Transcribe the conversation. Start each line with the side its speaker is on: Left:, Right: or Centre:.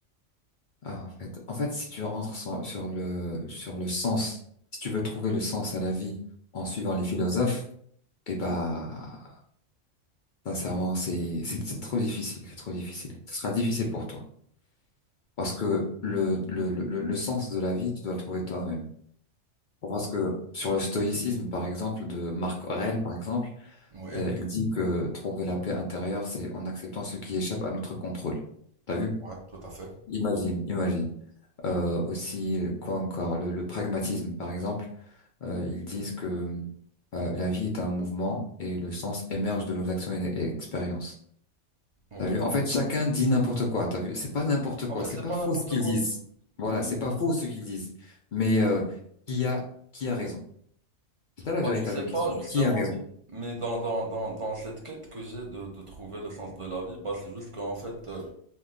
Left: Ah, en fait, en fait, si tu rentres sur, sur le, sur le sens, si tu veux trouver le sens à la vie en suivant les philosophes, eh bah, sincèrement, c'est, c'est, c'est trop difficile, c'est trop difficile. Ce sera difficile pour toi. Parce que le, le, le, le le sens de la vie, tu dois le trouver toi-même. Parce que sur le stoïcisme, par exemple, de Marc Aurèle, par exemple,
Right: oui
Left: euh, il dit que trouver la paix intérieure, c'est en acceptant ce qui échappe à notre contrôle. T'as vu?
Right: ouais, tout à fait.
Left: Imagine, imagine. Euh, aussi, quoi encore? Le, le pragmatisme, par exemple Euh, ils disent que euh, la vie est un mouvement et le sens émerge de nos actions et, et expériences.
Right: Ok.
Left: T'as vu? En fait, chacun dit n'importe quoi. T'as vu? C'est pas n'importe quoi.
Right: En fait,
Left: C'est
Right: c'est
Left: pas
Right: pas
Left: faux
Right: n'importe
Left: ce qu'ils
Right: quoi.
Left: disent. Voilà,
Right: Mm.
Left: c'est pas faux ce qu'ils disent. Mais euh, qui a qui a raison? C'est ça la
Right: Bah,
Left: véritable
Right: tu sais pas,
Left: question.
Right: justement,
Left: Qui a raison?
Right: mais... Mais dans, dans, dans, dans cette quête que j'ai de, de trouver le sens de la vie, bah, c'est juste qu'en fait, euh,